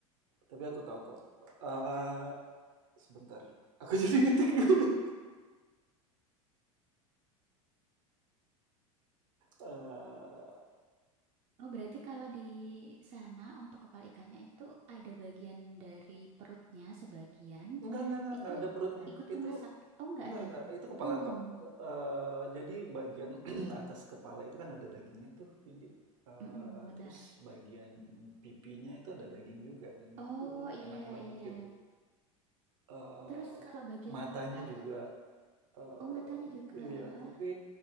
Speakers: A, on the right; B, on the right.
A: Tapi aku tahu kok, eee, sebentar, aku <laughs> jadi ngetik dulu, eee,
B: Oh, berarti kalau di sana untuk kepala ikannya itu ada bagian dari perutnya sebagian
A: enggak enggak enggak
B: itu
A: enggak ada perutnya.
B: ikut kemasak.
A: Itu
B: Oh, nggak
A: enggak
B: ada.
A: enggak, itu kepala
B: Punggung.
A: Oh. tok, eee, jadi bagian <clears throat> atas kepala itu kan ada dagingnya tuh, Vindi, eee,
B: Mm-mm, benar.
A: terus bagian pipinya itu ada daging juga dan
B: Oh,
A: itu
B: iya,
A: enak banget
B: iya.
A: gitu. Eee,
B: Terus kalau bagian
A: matanya
B: kepala
A: juga
B: kan,
A: Eee,
B: oh matanya juga.
A: iya,
B: ah.
A: tapi